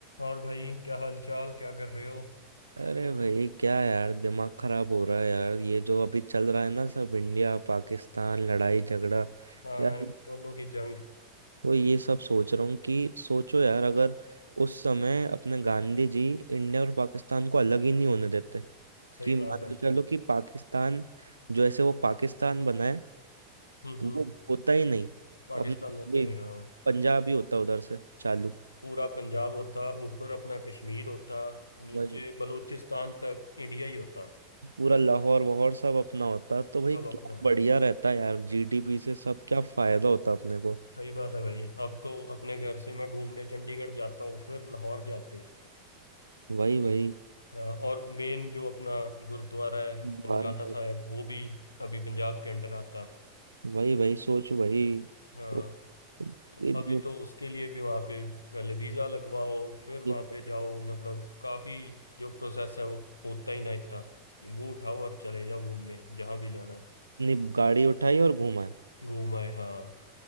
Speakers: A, on the left; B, on the right.
A: और भाई क्या हालचाल क्या कर रहे हो
B: अरे भाई क्या यार दिमाग खराब हो रहा है यार ये जो अभी चल रहा है ना सब इंडिया पाकिस्तान लड़ाई झगड़ा
A: हाँ
B: यार
A: इन दोनों की जंग
B: वो ये सब सोच रहा हूँ कि सोचो यार अगर उस समय अपने गांधी जी इंडिया और पाकिस्तान को अलग ही नहीं होने देते
A: सही
B: कि
A: बात
B: मान
A: है
B: के चलो कि पाकिस्तान जो ऐसे वो पाकिस्तान बना है
A: हम्म
B: तो
A: हम्म
B: वो होता ही नहीं
A: पाकिस्तान
B: अपने
A: होता
B: ये
A: ही नहीं हाँ
B: पंजाब ही होता उधर से चालू
A: पूरा पंजाब होता ऊपर अपना कश्मीर होता नीचे
B: वही
A: बलूचिस्तान तक इंडिया ही होता
B: पूरा लाहौर वाहौर सब अपना होता तो भाई
A: सब अपना
B: क्या बढ़िया रहता यार जीडीपी से सब क्या फायदा होता अपने को
A: सही बात है भाई अब तो अपने घर से मैं घूमने चंडीगढ़ जाता हूँ फिर लाहौर जाते
B: वही वही
A: हाँ, और मेन जो अपना गुरुद्वारा है
B: दोबारा
A: ननकाना साहिब वो भी अभी पंजाब के अंडर आता
B: वही वही सोच वही
A: हाँ
B: वो-
A: तो
B: ये
A: अभी
B: जो-
A: तो उसके लिए भी वहाँ पे पहले वीज़ा लगवाओ फिर
B: ये
A: वहाँ पे जाओ मतलब काफ़ी जो प्रोसेस है वो होता ही ना इतना कि मुंह उठाओ और चले जाओ घूमने जहाँ भी जाना है।
B: अपनी गाड़ी उठाई और घुमाए
A: घूम आए हाँ